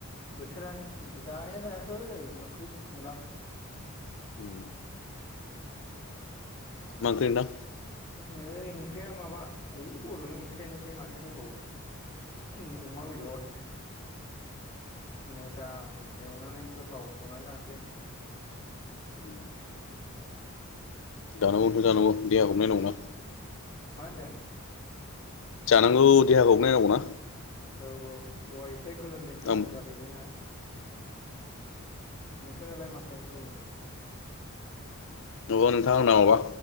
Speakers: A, on the left; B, on the left.
A: बोथोरानो जानाया जायाखै नै ओंख्रिसो संदां।
B: उम। मा ओंख्रि नोंथां।
A: नै ओंख्रिया माबा ओइ बर'नि ओंख्रियानोसै माथो दंबावो। अमा बेदर मोजां एवनानै गोथाव संनान जानसै।
B: उम। जानांगौथ' जानांगौ देहाखौबो नायनांगौना।
A: मा होनदों?
B: जानांगौ देहाखौ नायनांगौना।।
A: औ औ बाय एसे गोलोमदै सर
B: आं
A: गारहैबायना। नोंथांनालाय माथो ओंख्रिनो।
B: नंगौ नोंथां आंना माबा